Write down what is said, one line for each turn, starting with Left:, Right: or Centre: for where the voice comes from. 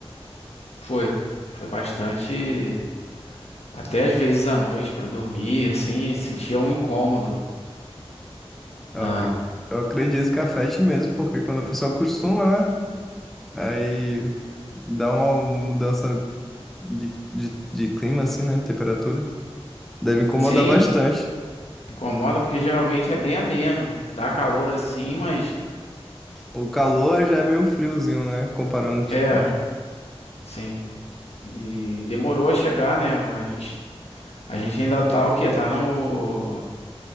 Left: Foi, foi bastante. Até às vezes à noite pra dormir, assim, sentia um incômodo.
Centre: Eu,
Left: Na...
Centre: ac- eu acredito que afete mesmo, porque quando a pessoa acostuma, né? Aí dá uma mudança de, de, de clima, assim, né? Temperatura. Deve incomodar
Left: Sim,
Centre: bastante.
Left: incomoda porque geralmente é bem ameno, dá calor assim, mas
Centre: O calor já é meio friozinho, né? Comparando, tipo.
Left: é, sim. E demorou a chegar, né? A gente, a gente ainda tá o quê? Tá no